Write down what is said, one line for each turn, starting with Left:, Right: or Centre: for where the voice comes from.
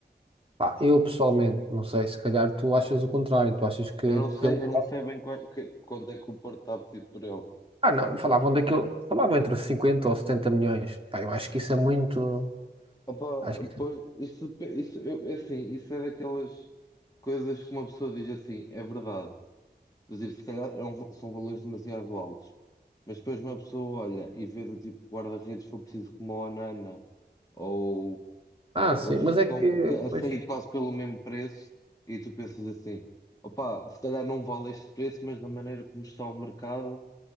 Right: Pá, eu pessoalmente, não sei, se calhar tu achas o contrário, tu achas que,
Left: Eu não
Right: que
Left: sei,
Right: ele...
Left: eu não sei bem qua- que- quando é que o Porto está a pedir por ele.
Right: Ah, não, falavam daquilo, falavam entre 50 ou 70 milhões. Pá, eu acho que isso é muito...
Left: Opa,
Right: Acho que...
Left: pois, isso, depe- isso, eu, é assim, isso é daquelas coisas que uma pessoa diz assim, é verdade. Inclusive, se calhar é um- são valores demasiado altos. Mas depois uma pessoa olha e vê do tipo guarda-redes, se for preciso, como a Onana ou
Right: Ah, sim,
Left: outros
Right: mas é que...
Left: como, que a
Right: Pois,
Left: sair quase pelo mesmo preço, e tu pensas assim: opá, se calhar não vale este preço, mas da maneira como está o mercado,